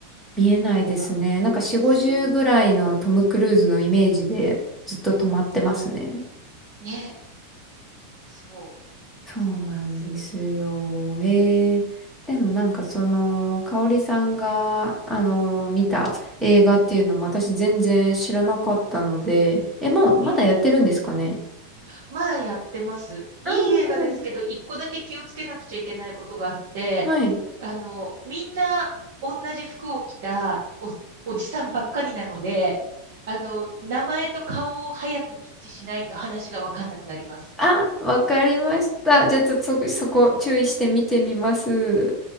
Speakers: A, in the centre; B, on the right.
A: 見えないですね。
B: いや、
A: なんか4、
B: すごいな。
A: 50ぐらいのトム・クルーズのイメージでずっと止まってますね。
B: ね。そう。
A: そうなんですよ。
B: そうなんですよ。
A: えー、でもなんかその、香織さんが、あの、見た映画っていうのも私全然知らなかったので、え、もうまだやってるんですかね
B: うん。まだやってます。いい映画ですけど、
A: あ
B: 一個だけ気をつけなくちゃいけないことがあって、
A: あはい。
B: あの、みんな同じ服を着たお、おじさんばっかりなので、あの、名前と顔を早く一致しないと話がわかんなくなります。
A: あ、わかりました。じゃあ、ちょっとそ、そこ注意して見てみます。